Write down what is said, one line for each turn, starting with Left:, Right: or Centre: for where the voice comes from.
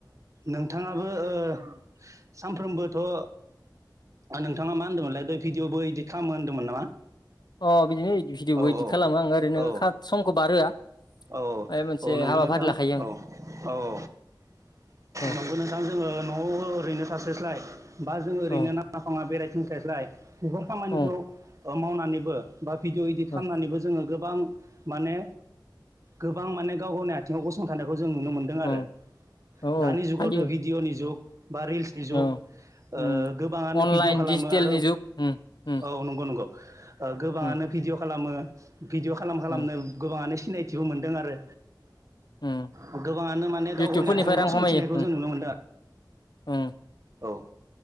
Right: नोंथाङाबो ओ सामफ्रोमबोथ' ओ नोंथाङा मा होन्दोंमोनलाय द भिडिअबो इदिट खालामो होन्दोंमोन नामा?
Left: अ बिदिनो भिडिअबो
Right: औ
Left: इदित खालामो आं ओरैनो
Right: औ
Left: खा समखौ बारहोआ
Right: औ औ
Left: माबा मोनसे
Right: औ नंगौ
Left: हाबाफारि
Right: नोंथां
Left: लाखायो आं
Right: औ औ औ
Left: औ
Right: नंगौ नोंथां जोङो न'आव ओरैनो थास्लायस्लाय बा जों ओरैनो
Left: औ
Right: नाङा फाङा बेरायथिंनिसायस्लाय बेखौ खामानिखौ
Left: औ
Right: मावनानैबो बा भिडिय' इडदिट
Left: औ
Right: खालामनानैबो जोङो गोबां माने गोबां माने गाव गावनि आथिङाव गसंथानायखौ जों नुनो मोनदों
Left: औ
Right: आरो
Left: औ
Right: दानि
Left: औ
Right: जुगावथ'
Left: हायो
Right: भिडिय'नि जुग बा रिल्सनि जुग
Left: औ उम
Right: गोबाङानो
Left: अनलाइन
Right: भिडिअ' खालामो
Left: डिजिटेलनि
Right: आरो
Left: जुग उम उम
Right: औ नंगौ नंगौ गोबाङानो
Left: उम
Right: भिडिअ खालामो भिडिअ' खालाम खालामनो
Left: उम
Right: गोबाङानो सिनायथिबो मोनदों आरो
Left: उम
Right: ओ गोबाङानो माने गाव
Left: इउटुबफोरनिफ्राय
Right: गावनि आथिङाव
Left: रां
Right: गसंथिनायखौ
Left: खामायो उम
Right: जों नुनो मोनदों
Left: उम
Right: औ